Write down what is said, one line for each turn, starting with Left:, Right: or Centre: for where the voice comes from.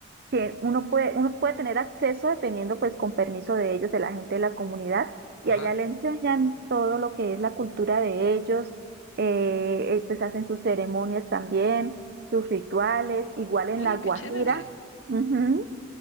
Right: que uno puede, uno puede tener acceso dependiendo pues con permiso de ellos, de la gente de la comunidad, y
Left: Ajá.
Right: allá le enseñan todo lo que es la cultura de ellos, eh, eh, pues hacen sus ceremonias también, sus rituales, igual en
Left: Oye,
Right: La Guajira,
Left: qué chévere.
Right: ujú,